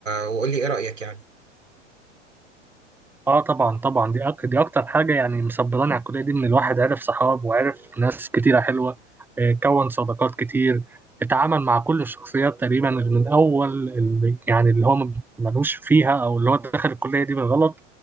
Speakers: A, on the right; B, in the centre.
A: وقول لي إيه رأيك يعني
B: اه طبعا طبعا دي أك... دي اكتر حاجه يعني مصبراني على الكليه دي ان الواحد عرف صحاب وعرف ناس كتيره حلوه آه، كون صداقات كتير اتعامل مع كل الشخصيات تقريبا من اول اللي يعني اللي هو م- ملوش فيها او اللي هو دخل الكليه دي بالغلط